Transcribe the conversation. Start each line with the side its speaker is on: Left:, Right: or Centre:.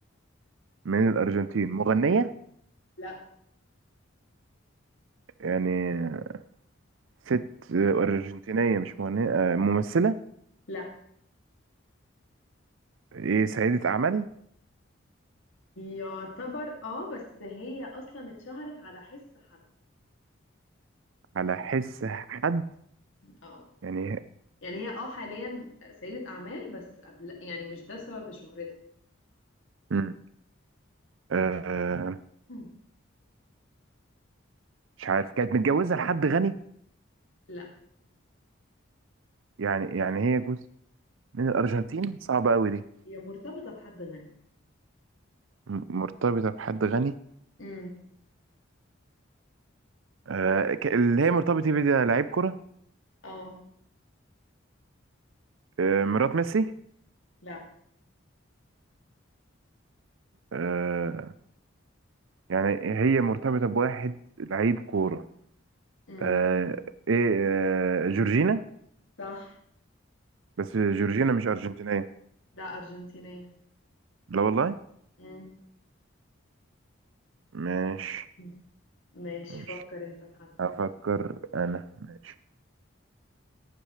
Right: من الأرجنتين مغنية
Left: لا
Right: يعني ست آه، أرجنتينية مش مغنية آه، ممثلة
Left: لا
Right: إيه سيدة أعمال
Left: يعتبر اه بس هي اصلا اتشهرت على حس حد
Right: على حس حد
Left: اه
Right: يعني
Left: يعني هي اه حاليا سيدة اعمال بس قبل يعني مش ده سبب شهرتها
Right: مم. آه،
Left: <clears throat> مم.
Right: مش عارف كانت متجوزة لحد غني
Left: لا
Right: يعني يعني هي جزء من الأرجنتين صعبة أوي دي
Left: هي مرتبطة بحد غني
Right: م- مرتبطة بحد غني
Left: امم
Right: آه، ك- اللي هي مرتبطة بيه ده لعيب كرة
Left: اه
Right: آه، مرات ميسي
Left: لا
Right: آه يعني هي مرتبطة بواحد لعيب كورة
Left: امم
Right: آه ايه آه جورجينا
Left: صح
Right: بس جورجينا مش أرجنتينية
Left: لا ارجنتينية
Right: لا والله
Left: مم.
Right: ماشي
Left: <clears throat> ماشي
Right: ماشي
Left: فكر انت في حد
Right: هفكر أنا ماشي